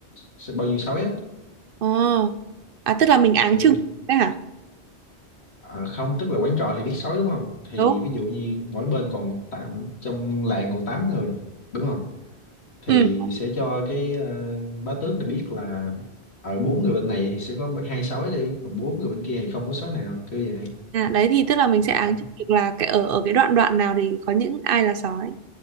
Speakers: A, on the left (about 80°); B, on the right (about 65°).
A: sẽ bao nhiêu sói á
B: ờ à tức là mình áng
A: kiểu
B: chừng
A: như-
B: đấy hả
A: à, không tức là quản trò thì biết sói đúng không thì
B: đúng
A: ví dụ như mỗi bên còn tám, trong làng còn 8 người đúng không thì
B: ừ
A: sẽ cho cái ờ, bá tước này biết là ở bốn người bên này thì sẽ có hai sói đi còn bốn người bên kia thì không có sói nào kiểu vậy
B: à, đấy thì tức là mình sẽ áng
A: À.
B: chừng được là cái ở ở cái đoạn đoạn nào thì có những ai là sói